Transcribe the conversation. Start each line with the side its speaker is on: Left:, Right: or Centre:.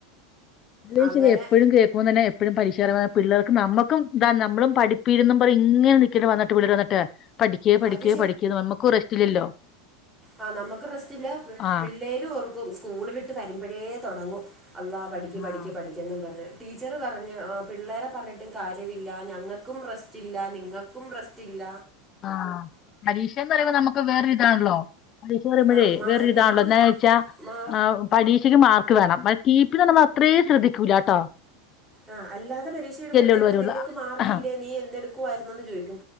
Left: അതേയ്ശരി
Centre: അങ്ങനെ
Left: എപ്പഴും കേൾക്കുമ്പ തന്നെ എപ്പോഴും പരിഷകാര പിള്ളേർക്കും നമ്മുക്ക ഇാ നമ്മളും പഠപ്പിരുന്ന പറ ഇങ്ങനെ നിക്കേണ്ട് വന്നിട്ട് പിള്ളേർ വന്നിട്ട് പഠിക്കയേ പഠിക്കുകേ
Centre: അത്
Left: പഠിക്കുക നമുക്ക് റസ്റ്റില്ലല്ലോ
Centre: ആഹ് നമുക്ക് റസ്റ്റ് ഇല്ല പിള്ളേ
Left: ആഹ്
Centre: പിള്ളേര് ഓർക്കും സ്കൂള വിട്ട് വരുമ്പോഴേ തുടങ്ങും അല്ലാ പഠിക്ക് പഠിക്ക്
Left: ആഹ്
Centre: പഠിക്ക എന്നും പറ ടീച്ചറ് പറഞ്ഞ് പിള്ളേരെ പറഞ്ഞിട്ടും കാര്യമില്ല ഞങ്ങൾക്കും റെസ്റ്റ ഇില്ല നിങ്ങൾക്ക് ക്കും റസ്റ്റ് ഇല്ല
Left: ആഹ് പരീക്ഷന്ന് പറയുമ്പോ നമുക്ക് വേറൊരിതാണല്ലോ പരീക്ഷ പറയുമ്പോഴ
Centre: ആ മാ
Left: വേറൊരിതാണല്ലോ
Centre: എന്നിട്ട്
Left: എന്നച്ച
Centre: മാർ
Left: ആഹ് പരീക്ഷയ്ക്ക് മാർക്ക് വേണം കടി പിന്ന് നമ്മൾ അത്രയും ശ്രദ്ധിക്കൂല കേട്ടോ
Centre: ആ്ഹ് അല്ലാതെ പീക്ഷ ഇടുമ്പോഴത്തേക്കും
Left: ഉള്ളൂ വരുള്ളൂ
Centre: നിനക്ക് മാർക്ക്
Left: ആഹ്
Centre: ഇല്ലേ നീ എന്തെടുക്കുായിരുന്നുുന്നന്ന് ചോദിക്കും